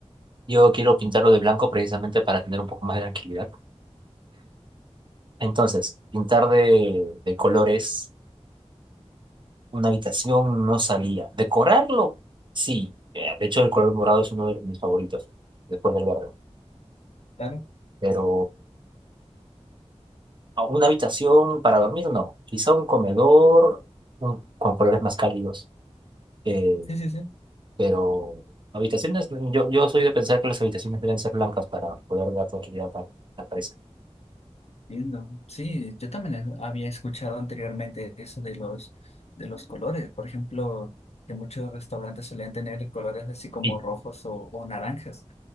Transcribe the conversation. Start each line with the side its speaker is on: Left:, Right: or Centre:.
Right: Yo quiero pintarlo de blanco precisamente para tener un poco más de tranquilidad. Entonces, pintar de, de colores una habitación no salía. Decorarlo, sí. Eh, De hecho, el color morado es uno de mis favoritos, después del verde.
Left: Claro.
Right: Pero a una habitación para dormir, no. Quizá un comedor un- con colores más cálidos. eh,
Left: Sí, sí, sí.
Right: pero habitaciones, yo, yo soy de pensar que las habitaciones deben ser blancas para poder dar tranquilidad a la cabeza.
Left: Entiendo. Sí, yo también he- había escuchado anteriormente eso de los, de los colores. Por ejemplo, que muchos restaurantes solían tener colores así como
Right: Sí.
Left: rojos o, o naranjas.